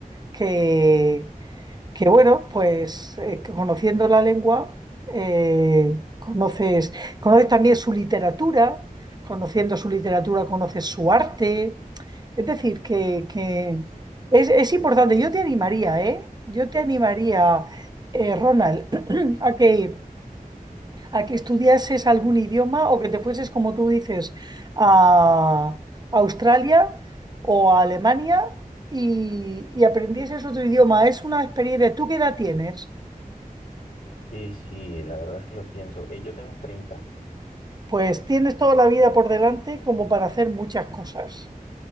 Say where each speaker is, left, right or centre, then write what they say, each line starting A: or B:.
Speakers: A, on the right; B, on the left.
A: que, que bueno, pues eh, que conociendo la lengua, eh, conoces, conoces también su literatura, conociendo su literatura conoces su arte, Es decir, que, que es, es importante. Yo te animaría, ¿eh? Yo te animaría, eh, Ronald, <clears throat> a que, a que estudiases algún idioma o que te fueses, como tú dices, a Australia o a Alemania y, y aprendieses otro idioma. Es una experiencia. ¿Tú qué edad tienes?
B: Sí, sí, la verdad es que lo pienso. Eh, yo tengo treinta
A: Pues tienes toda la vida por delante como para hacer muchas cosas.